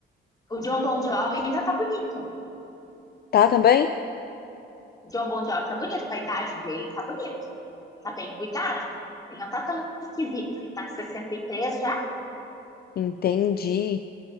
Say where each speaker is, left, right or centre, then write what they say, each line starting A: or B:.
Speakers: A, on the left; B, on the left.
A: o John Bon Jovi, ainda tá bonito.
B: tá? Também?
A: O John Bon Jovi tá bonito, com a idade dele, tá bonito. Tá bem cuidado. Ele não tá tão esquisito. Ele tá com 63 já,
B: Entendi.